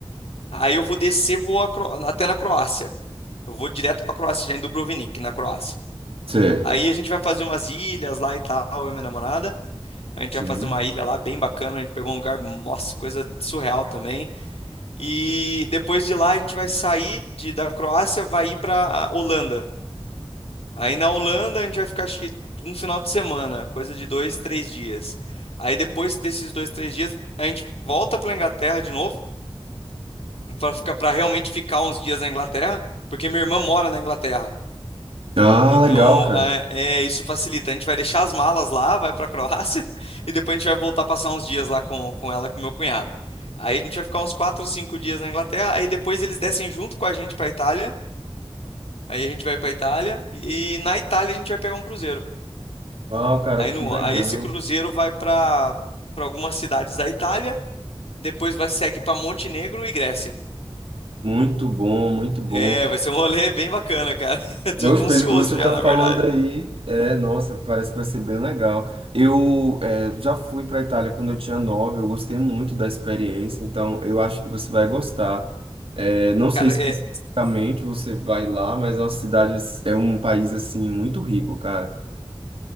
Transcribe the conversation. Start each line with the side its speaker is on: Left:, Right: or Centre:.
Left: aí eu vou descer, vou a Cro- até na Croácia. Eu vou direto pra Croácia, já em Dubrovnik, na Croácia.
Right: Certo,
Left: Aí a gente vai fazer umas ilhas lá e tal, eu e minha namorada. A gente
Right: sim.
Left: vai fazer uma ilha lá bem bacana. A gente pegou um lugar, nossa, coisa surreal também. E depois de lá a gente vai sair de, da Croácia, vai ir para Holanda. Aí na Holanda a gente vai ficar acho que um final de semana, coisa de dois, três dias. Aí depois desses dois, três dias a gente volta para Inglaterra de novo, para ficar, para realmente ficar uns dias na Inglaterra, porque minha irmã mora na Inglaterra.
Right: Ah,
Left: Então,
Right: legal, cara.
Left: é, é, isso facilita. A gente vai deixar as malas lá, vai para a Croácia <laughs> e depois a gente vai voltar passar uns dias lá com, com ela, e com meu cunhado. Aí a gente vai ficar uns 4, 5 dias na Inglaterra, aí depois eles descem junto com a gente para Itália. Aí a gente vai para Itália e na Itália a gente vai pegar um cruzeiro.
Right: Uau, cara,
Left: Aí,
Right: que
Left: no,
Right: legal.
Left: aí esse cruzeiro vai para para algumas cidades da Itália, depois vai segue para Montenegro e Grécia.
Right: Muito bom, muito bom.
Left: É, vai ser um rolê bem bacana, cara. <laughs>
Right: Hoje,
Left: Eu tô
Right: pelo
Left: ansioso
Right: que você está
Left: já, na
Right: falando
Left: verdade.
Right: aí, é, nossa, parece que vai ser bem legal. Eu é, já fui para a Itália quando eu tinha nove, eu gostei muito da experiência, então eu acho que você vai gostar. É, não sei
Left: Cara,
Right: especificamente
Left: é.
Right: você vai lá, mas é uma cidade, é um país assim muito rico, cara.